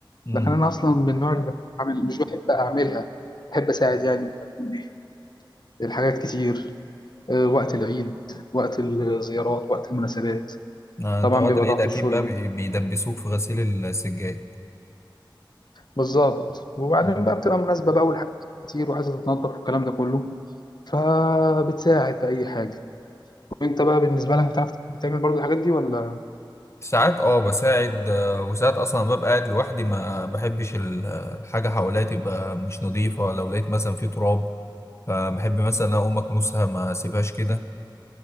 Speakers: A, on the left; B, on the left.
A: امم
B: لكن انا اصلا من النوع اللي بعمل مش بحب اعملها بحب اساعد يعني لما يكون ايه الحاجات كتير آه، وقت العيد وقت الزيارات وقت المناسبات
A: آه،
B: طبعا
A: انت وقت
B: بيبقى
A: العيد
B: ضغط
A: اكيد
B: الشغل
A: بقى بي- بيدبسوك في غسيل السجاد
B: بالظبط وبعدين
A: مم.
B: بقى بتبقى مناسبه بقى والحاجات كتير وعايزه تتنظف والكلام ده كله فبتساعد بأي حاجه وانت بقى بالنسبه لك بتعرف بتعمل برضو الحاجات دي ولا
A: ساعات اه بساعد آه، وساعات اصلا ببقى قاعد لوحدي ما بحبش ال- الحاجة حواليا تبقى مش نظيفة لو لقيت مثلا في تراب فبحب مثلا اقوم اكنسها ما اسيبهاش كده